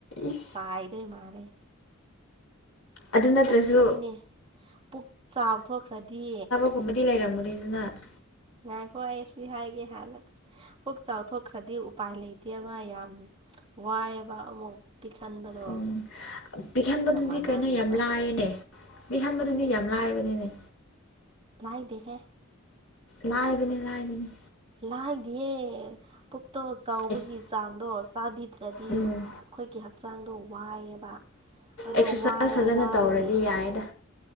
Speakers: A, on the left; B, on the right.
A: ꯏꯁ
B: ꯂꯥꯏꯗ ꯃꯥꯅꯦ
A: ꯑꯗꯨ ꯅꯠꯇ꯭ꯔꯁꯨ
B: ꯄꯨꯛꯁꯤꯅꯤꯅꯦ ꯄꯨꯛ ꯆꯥꯎꯊꯣꯛꯈ꯭ꯔꯗꯤ
A: ꯀꯕꯨꯗꯤ ꯂꯩꯔꯝꯕꯅꯤ ꯅꯅꯥ
B: ꯉꯥꯏꯈꯣ ꯑꯩꯁꯤ ꯍꯥꯏꯒꯦ ꯍꯥꯟꯅ ꯄꯨꯛ ꯆꯥꯎꯊꯣꯛꯈ꯭ꯔꯗꯤ ꯎꯄꯥꯏ ꯂꯩꯇꯦꯕ ꯌꯥꯝ ꯋꯥꯏꯑꯕ ꯑꯃꯨꯛ ꯈꯥꯟꯥꯟꯕꯕꯗ
A: ꯎꯝ ꯄꯤꯛꯍꯟꯕꯗꯨꯗꯤ
B: ꯃꯥꯟꯅꯗꯦꯕ
A: ꯀꯩꯅꯣ ꯌꯥꯝ ꯂꯥꯏꯌꯦꯅꯦ ꯄꯍꯟꯥꯟꯕꯗꯨꯗꯤ ꯌꯥꯝ ꯂꯥꯏꯕꯅꯤꯅꯦ
B: ꯂꯥꯏꯗꯦꯍꯦ
A: ꯂꯥꯏꯕꯅꯤ ꯂꯥꯏꯕꯅꯤ
B: ꯂꯥꯏꯗꯤꯌꯦ ꯄꯨꯛꯇꯣ ꯆꯥꯎꯕꯒꯤ
A: ꯏꯁ
B: ꯆꯥꯡꯗꯣ ꯆꯥꯕꯤꯗ꯭ꯔꯦ ꯗꯗꯤ
A: ꯎꯝ
B: ꯑꯩꯈꯣꯏꯒꯤ ꯍꯛꯆꯥꯡꯗꯣ ꯋꯥꯏꯑꯕ ꯑꯗꯣ
A: ꯑꯦꯛꯁꯔꯁꯥꯏꯁ ꯐꯖꯅ
B: ꯋꯥꯕꯒꯤ
A: ꯇꯧꯔꯗꯤ ꯌꯥꯏꯗ